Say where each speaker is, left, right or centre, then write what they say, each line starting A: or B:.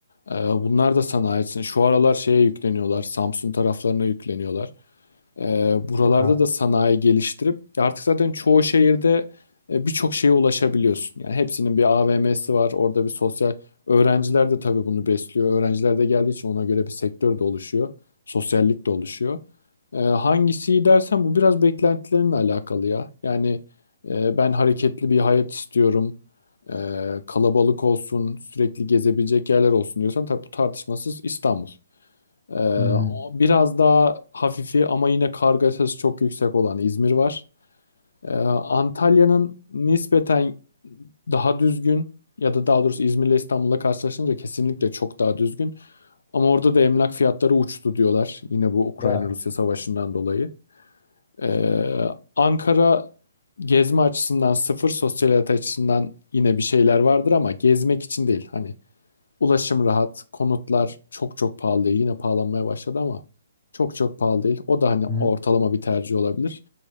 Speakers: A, on the left; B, on the left.
A: Ee, bunlar da sanayisin. Şu aralar şeye yükleniyorlar. Samsun taraflarına yükleniyorlar. E, buralarda
B: Ya.
A: da sanayi geliştirip artık zaten çoğu şehirde e, birçok şeye ulaşabiliyorsun. Yani hepsinin bir AVM'si var, orada bir sosyal öğrenciler de tabii bunu besliyor. Öğrenciler de geldiği için ona göre bir sektör de oluşuyor, sosyallik de oluşuyor. E, hangisi iyi dersen bu biraz beklentilerinle alakalı ya. Yani e, ben hareketli bir hayat istiyorum. E, kalabalık olsun, sürekli gezebilecek yerler olsun diyorsan tabii bu tartışmasız İstanbul. Ee,
B: Hmm.
A: biraz daha hafifi ama yine kargaşası çok yüksek olan İzmir var. Ee, Antalya'nın nispeten daha düzgün ya da daha doğrusu İzmir'le İstanbul'la karşılaşınca kesinlikle çok daha düzgün. Ama orada da emlak fiyatları uçtu diyorlar. Yine bu Ukrayna-Rusya
B: Ya.
A: savaşından dolayı. Ee, Ankara gezme açısından sıfır, sosyal hayat açısından yine bir şeyler vardır ama gezmek için değil. Hani Ulaşım rahat, konutlar çok çok pahalı değil. Yine pahalanmaya başladı ama çok çok pahalı değil. O da hani ortalama
B: Hı.
A: bir tercih olabilir.